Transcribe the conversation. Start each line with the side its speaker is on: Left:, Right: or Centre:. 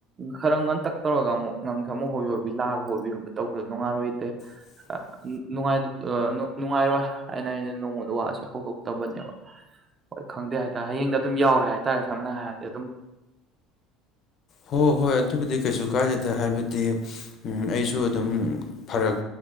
Right: ꯈꯔ ꯉꯟꯇꯛ ꯇꯧꯔꯒ ꯑꯃꯨꯛ ꯅꯪꯁꯦ ꯑꯃꯨꯛ ꯍꯣꯕꯤ ꯍꯣꯕꯤ ꯂꯥꯛꯑꯒ ꯍꯣꯕꯤ ꯍꯣꯕꯤ ꯇꯧꯕꯗꯣ ꯅꯨꯡꯉꯥꯏꯔꯣꯏꯗꯦ
Left: <inaudible>
Right: <unintelligible> ꯅꯨꯡꯉꯥꯏꯔꯣꯏ ꯑꯩꯅ ꯑꯩꯅ ꯅꯉꯣꯡꯗ ꯋꯥꯁꯦ ꯍꯧꯗꯣꯛꯇꯕꯅꯦꯕ ꯍꯣꯏ ꯈꯪꯗꯦ ꯍꯥꯏꯇꯥꯔꯦ ꯍꯌꯦꯡꯗ ꯑꯗꯨꯝ ꯌꯥꯎꯔꯦ ꯍꯥꯏꯇꯥꯔꯦ ꯁꯝꯅ ꯍꯥꯏꯔꯗꯤ ꯑꯗꯨꯝ
Left: ꯍꯣꯏ ꯍꯣꯏ ꯑꯗꯨꯕꯨꯗꯤ ꯀꯩꯁꯨ ꯀꯥꯏꯗꯦꯗ ꯍꯥꯏꯕꯗꯤ ꯎꯝ ꯑꯩꯁꯨ ꯑꯗꯨꯝ ꯎꯝ ꯐꯔꯛ